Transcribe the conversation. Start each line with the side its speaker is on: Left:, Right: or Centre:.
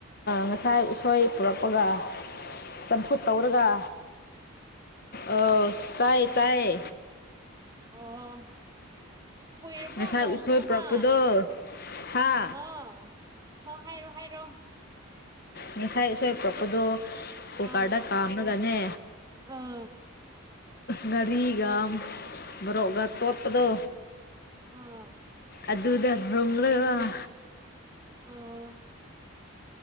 Left: ꯉꯁꯥꯏ ꯎꯁꯣꯏ ꯄꯨꯔꯛꯄꯒ ꯆꯝꯐꯨꯠ ꯇꯧꯔꯒ ꯑ ꯇꯥꯏꯌꯦ ꯇꯥꯏꯌꯦ
Right: ꯑ ꯀꯨꯏꯔꯕꯣ
Left: ꯉꯁꯥꯏ
Right: ꯅꯣꯡ
Left: ꯎꯁꯣꯏ
Right: ꯆꯨꯕ
Left: ꯄꯨꯔꯛꯄꯗꯣ ꯍꯥ
Right: ꯑꯣ ꯍ ꯍꯥꯏꯔꯣ ꯍꯥꯏꯔꯣ
Left: ꯅꯤꯡꯅꯤꯁꯥꯏ ꯎꯣꯏ ꯄꯔꯛꯄꯗꯣ ꯑꯣ
Right: ꯑꯥ
Left: ꯀꯗ ꯀꯃ ꯀꯅꯤ
Right: ꯑꯥ
Left: ꯉꯔꯤꯒ ꯃꯔꯣꯔꯣꯛꯒ ꯇꯣꯞꯗ
Right: ꯑꯥ
Left: ꯑꯗꯨꯗ ꯔꯣꯕ
Right: ꯑꯣ